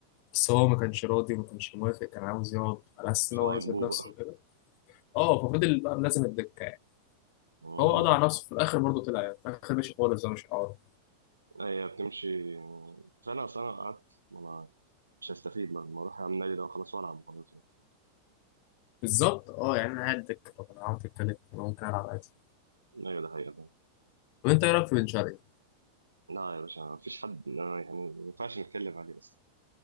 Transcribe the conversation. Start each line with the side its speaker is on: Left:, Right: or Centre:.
Left: بس هو ما كانش راضي وما كانش موافق كان عاوز يقعد على اساس
Right: مش
Left: ان هو
Right: عاجبوه
Left: يثبت نفسه
Right: بقى
Left: وكده اه ففضل بقى ملازم الدكه يعني
Right: امم
Left: هو قضى على نفسه في الاخر برضه طلع يعني في الاخر ماشي خالص هو مش هيقعد
Right: هي بتمشي سنه سنه قعدت ما انا مش هستفيد ما ما اروح اعمل نادي ده خلاص والعب خلاص
Left: بالظبط اه يعني انا قاعد دكه طب انا قعدت اتكلم انا ممكن العب عادي
Right: ايوه ده حقيقة فعلا.
Left: طب انت ايه رايك في بن شرقي؟
Right: لا يا باشا مفيش حد أنا يعني ما ينفعش نتكلم عليه اصلا